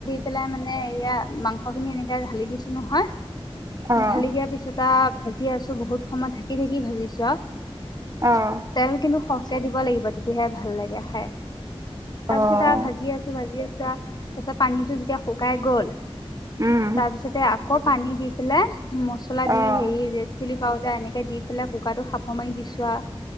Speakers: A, on the left (about 40°); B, on the right (about 35°).
A: পেলাই মানে এয়া মাংস খিনি এনেকে ঢালি দিছো নহয়
B: অ'
A: ঢালি দিয়া পিছত আৰু ভাজি আছো বহুত সময় ঢাকি থঢাকি ভাজিছো আ।
B: অ'
A: তেল কিন্তু স চে দিব লাগিব তেতিয়াহে ভাল লাগে খাই। তাৰ
B: অ'
A: পিছত আৰু ভাজি আছো, ভাজি আছো ত <inaudible> তে পানীতটো যেতিয়া শুকাই গ'ল
B: উম,
A: তাৰপিছতে আ আকৌ পানী দি পেলাই মছলা দি,
B: অ'
A: হেই ৰেদ চিলি পাউ এয়া এনেকে দি পেলাই, কুকাৰটো সাফ মাৰি দিছো আৰু।